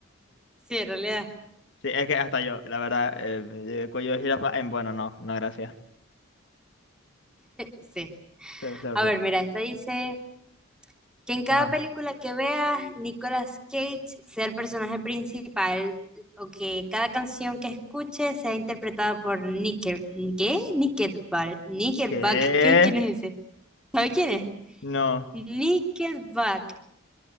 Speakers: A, in the centre; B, on the left (about 65°).
A: Sí, en realidad.
B: Sí, es que hasta yo, la verdad, el, cuello de jirafa, em, bueno, no, no, gracias.
A: Sí.
B: Se ve horrible.
A: A ver, mira, esta dice que en cada
B: Ajá.
A: película que veas, Nicolas Cage sea el personaje principal o que cada canción que escuches sea interpretada por Nickel, ¿qué? Nickelback. Nickelback,
B: ¿Qué?
A: ¿qué? ¿Quién es ese? ¿Sabe quién es?
B: No.
A: Nickelback,